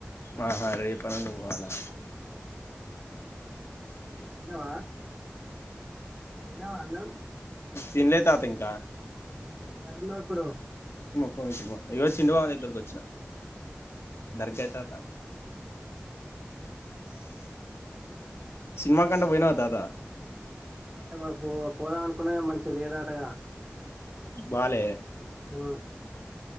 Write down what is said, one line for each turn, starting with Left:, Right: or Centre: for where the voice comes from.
Left: ఆహా రేపునంగ పోవాలా
Right: అ తిన్నావ తిన్నావా అన్నం
Left: తిన్లే తాత ఇన్
Right: ఆ న యాడున్నవు ఇప్పుడు
Left: ఫోమా ఇగో చందు బావ దగ్గరకి వచ్చిన
Right: ఉ
Left: కరికాయి తాత
Right: ఉ
Left: సినిమా కంట పోయినవ తాత
Right: పో పో పోద అనుకున్నా మంచిగా లేదటగా
Left: బాలే
Right: ఆ